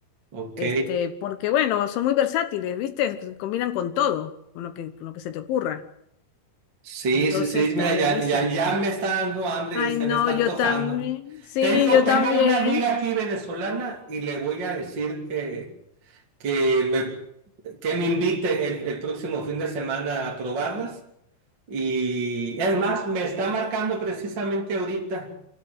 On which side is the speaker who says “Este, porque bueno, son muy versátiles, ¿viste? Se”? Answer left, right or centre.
Left